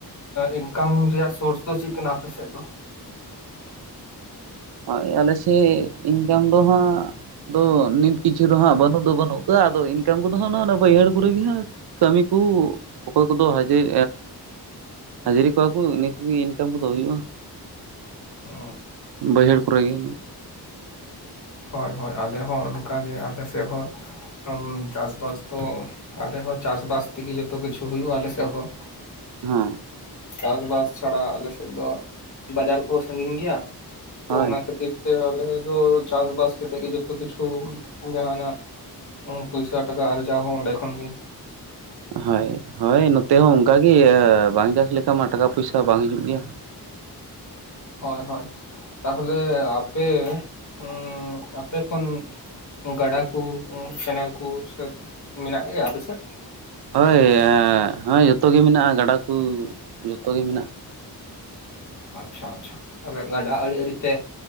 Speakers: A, on the left (about 50°); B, on the right (about 75°).
A: ᱤᱱᱠᱟᱢ ᱨᱮᱭᱟᱜ ᱥᱳᱨᱥ ᱫᱚ ᱪᱮᱫ ᱠᱟᱱᱟ ᱟᱯᱮ ᱥᱮᱫ ᱫᱚ?
B: ᱦᱚᱭ ᱟᱞᱮᱥᱮᱫ ᱤᱱᱠᱟᱢ ᱫᱚ ᱦᱟᱸᱜ᱾ ᱟᱫᱚ ᱱᱤᱛ ᱠᱤᱪᱷᱩ ᱫᱚ ᱦᱟᱸᱜ ᱵᱟᱹᱱᱩᱜ ᱫᱚ ᱵᱟᱹᱱᱩᱜ ᱠᱚᱣᱟ ᱟᱫᱚ ᱤᱱᱠᱟᱢ ᱠᱚᱫᱚ ᱦᱟᱸᱜ ᱱᱚᱜ ᱵᱟᱹᱭᱦᱟᱹᱲ ᱠᱚᱨᱮᱜ ᱜᱮ ᱦᱟᱸᱜ᱾ ᱠᱟᱹᱢᱤ ᱠᱚ ᱚᱠᱚᱭ ᱠᱚᱫᱚ ᱦᱟᱡᱟᱨ ᱦᱟᱹᱡᱨᱤ ᱠᱚᱣᱟ ᱠᱚ ᱤᱱᱟᱹ ᱠᱚᱜᱮ ᱤᱱᱠᱟᱢ ᱠᱚᱫᱚ ᱦᱩᱭᱩᱜ-ᱟ᱾
A: ᱚᱻ
B: ᱵᱟᱹᱭᱦᱟᱹᱲ ᱠᱚᱨᱮ ᱜᱤᱧ
A: ᱦᱳᱭ, ᱦᱳᱭ, ᱟᱞᱮ ᱦᱚᱸ ᱚᱱᱠᱟ ᱜᱮ ᱟᱞᱮ ᱥᱮᱫ ᱦᱚᱸ ᱪᱟᱥ ᱵᱟᱥ ᱫᱚ ᱟᱞᱮ ᱦᱚᱸ ᱪᱟᱥ ᱵᱟᱥ ᱛᱮᱜᱮ ᱡᱚᱛᱚ ᱠᱤᱪᱷᱩ ᱦᱩᱭᱩᱜ-ᱟ ᱟᱞᱮ ᱥᱮᱫ ᱦᱚᱸ
B: ᱦᱮᱸ
A: ᱪᱟᱥ ᱵᱟᱥ ᱪᱷᱟᱲᱟ ᱟᱞᱮ ᱥᱮᱫ ᱫᱚ ᱵᱟᱡᱟᱨ ᱠᱚᱦᱚᱸ ᱥᱟᱺᱜᱤᱧ ᱜᱮᱭᱟ᱾ ᱛᱚ
B: ᱦᱳᱭ
A: ᱚᱱᱟ ᱠᱷᱟᱹᱛᱤᱨ ᱛᱮ ᱟᱞᱮ ᱫᱚ ᱪᱟᱥ ᱵᱟᱥ ᱠᱟᱛᱮ ᱜᱮ ᱡᱚᱛᱚ ᱠᱤᱪᱷᱩ ᱡᱟᱦᱟ ᱱᱟᱜ ᱯᱚᱭᱥᱟ ᱴᱟᱠᱟ ᱟᱨᱡᱟᱣ ᱦᱚᱸ ᱚᱸᱰᱮ ᱠᱷᱚᱱ ᱜᱮ᱾
B: ᱦᱳᱭ ᱦᱳᱭ ᱱᱚᱛᱮ ᱦᱚᱸ ᱚᱱᱠᱟ ᱜᱮ ᱵᱟᱝ ᱪᱟᱥ ᱞᱮᱠᱟ ᱢᱟ ᱴᱟᱠᱟ ᱯᱚᱭᱥᱟ ᱵᱟᱝ ᱦᱤᱡᱩᱜ ᱜᱮᱭᱟ᱾
A: ᱦᱳᱭ ᱦᱳᱭ ᱛᱟᱦᱚᱞᱮ ᱟᱯᱮ ᱩᱸ ᱟᱯᱮ ᱠᱷᱚᱱ ᱜᱟᱹᱰᱟ ᱠᱩ ᱠᱮᱱᱮᱞ ᱠᱩ ᱥᱮ ᱢᱮᱱᱟᱜ ᱜᱮᱭᱟ ᱟᱯᱮ ᱥᱮᱫ
B: ᱦᱳᱭ ᱦᱳᱭ ᱡᱚᱛᱚ ᱜᱮ ᱢᱮᱱᱟᱜ-ᱟ ᱜᱟᱰᱟ ᱠᱩ ᱡᱚᱛᱚ ᱜᱮ ᱢᱮᱱᱟᱜ-ᱟ᱾
A: ᱟᱪᱪᱷᱟ ᱟᱪᱪᱷᱟ ᱛᱟᱦᱚᱞᱮ ᱜᱟᱰᱟ ᱟᱲᱮ ᱟᱲᱮ ᱛᱮ